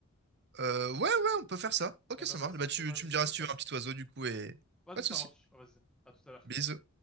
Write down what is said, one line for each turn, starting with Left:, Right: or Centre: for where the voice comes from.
Right: Euh, ouais, ouais, on peut faire ça. Ok,
Centre: Eh
Right: ça
Centre: ben vas-y,
Right: marche. Bah tu,
Centre: eh ben
Right: tu
Centre: vas-y,
Right: me diras
Centre: on fait
Right: si
Centre: ça.
Right: tu veux un petit oiseau, du coup, et
Centre: Vas-y,
Right: pas de
Centre: ça
Right: souci.
Centre: marche. Vas-y, à tout à l'heure.
Right: Bisous.